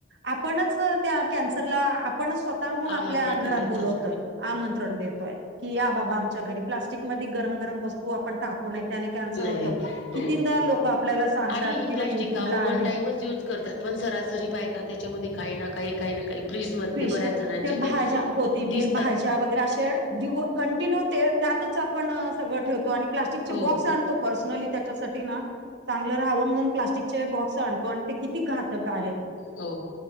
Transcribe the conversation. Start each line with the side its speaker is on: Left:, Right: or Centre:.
Right: आपणच त्या कन्सरला ण स्वतःहून आपल्या
Left: आमंत्रण
Right: घरात
Left: देतात
Right: बलावतोय आमंत्रण देतोय की या बाबा आमच्या घरी प्लास्टिक मध्ये गरम गरम वस्तू आपण टाकू नये त्याने कॅन्सर
Left: नाही
Right: होत
Left: हो.
Right: कितीनदाार लोक आपल्याला सांगतात
Left: आणि ही
Right: किंवा
Left: प्लॅस्टिक
Right: युट्यूबला
Left: अहो वन
Right: आहेत
Left: टाइमच यूज करतात पण सरासरी बायका त्याच्यामध्ये काही ना काही काही ना काही फ्रीजमध्ये
Right: विश
Left: बऱ्याच जणांचे
Right: ते भाज्या कोथिंबीर
Left: दिसतात
Right: भाज्या वगैरे असे दिव कंटिन्यू त्यातच आपण सगळं ठेवतो आणि प्लास्टिकचे
Left: हो
Right: बॉक्स आणतो पर्सनली त्या ना चांगलं राहावं म्हणून प्लास्टिक चे बॉक्स आणतो आणि ते किती घातक आहे
Left: हो